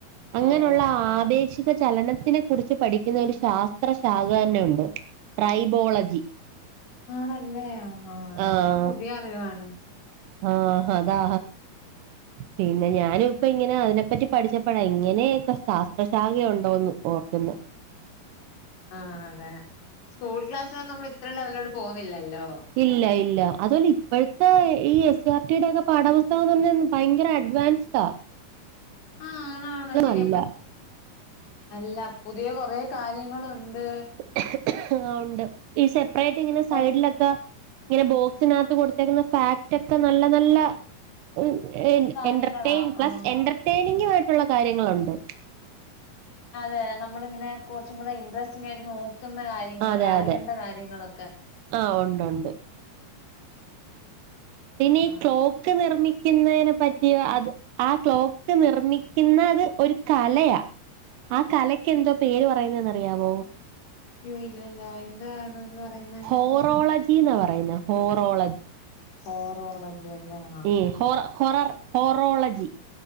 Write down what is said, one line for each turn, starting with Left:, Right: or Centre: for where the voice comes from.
Right: അങ്ങനെയുള്ള
Left: ഓഹ് ആഹ്
Right: ആപേക്ഷി ക ചലനത്തിനെ കുറിച്ച് പഠിക്കുന്ന ഒരു ശാസ്ത്ര ശാഖ തന്നെയുണ്ട് ട്രൈബോളജി
Left: ആണല്ലേ ആഹ്
Right: ആഹ്
Left: അതൊക്കെ പുതിയ അറിവാണ്
Right: ആഹ് അതാ പിന്നെ ഞാനും ഇപ്പം ഇങ്ങനെ അതിനെപ്പറ്റി പഠിച്ച പ്പഴാ ഇങ്ങനെയൊക്കെ ശാസ്ത്രശാഖ ഉണ്ടോന്ന് ഓർക്കുന്നെ
Left: ആഹ് അതെ സ്കൂൾ ക്ലാസ്സിലൊന്നും നമ്മൾ ഇത്ര ലെവലിലോട്ട് പോകുന്നില്ലല്ലോ
Right: ഇല്ല ഇല്ല അതുവല്ല ഇപ്പഴത്തെ ഈ എസ്. C R. ടിയുടെ ഒക്കെ പാഠപുസ്തകൊന്ന് പറഞ്ഞാ ഭയെങ്കര അഡ്വാൻസ്ഡാ ആഹ്
Left: ആഹ് ആഹ് ശെരി
Right: അല്ല
Left: അപ് അല്ല പുതിയ കൊറേ കാര്യങ്ങളുണ്ട്
Right: <unintelligible> ആ ഉണ്ട് ഈ സെപ്പറേറ്റ് ഇങ്ങനെ
Left: അത്ര
Right: സൈഡിലൊക്കെ ഇങ്ങനെ ബോക്സിനാത്ത് കൊടുത്തേക്കുന്ന ഫാക്റ്റ് ഒക്കെ നല്ലെ നല്ലെ ഹ് എ എൻ
Left: കാര്യങ്ങളാ
Right: എൻ്റർടെയ്ൻ പ്ലസ്
Left: ആഹ്
Right: എൻ്റർടെയിനിംഗുവായിട്ടുള്ള കാര്യങ്ങളുണ്ട്
Left: അതെ നമ്മളിങ്ങനെ കുറച്ചും കൂടെ ഇൻട്രസ്റ്റിംഗായിട്ട് നോക്ക് ക്കുന്ന കാര്യങ്ങള്
Right: അതെ
Left: അറിയെണ്ട
Right: അതെ
Left: കാര്യങ്ങളൊക്കെ
Right: ആ ഉണ്ട് ഉണ്ട് ഇനി
Left: അതാ
Right: ഈ ക്ലോക്ക് നിർമ്മി ക്കുന്നേനെ പറ്റി അത് ആ ക്ലോക്ക് നിർമ്മിക്ക്ന്നത് ഒര് കലയാ. ആ കലക്ക് എന്തോ പേര് പറയുന്നന്ന് അറിയാവോ?
Left: യ്യോ ഇല്ലല്ലോ എന്താണ്ന്ന് പറയുന്നേ?
Right: ഓറോളജ് ജിന്ന പറയുന്നേ ഹോറോളജി.
Left: ഹോറോളൻ ജ് പർഞ്ഞാ
Right: ഏഹ് ഹോറർ ഹൊനൊറർ ഹോറോളജി.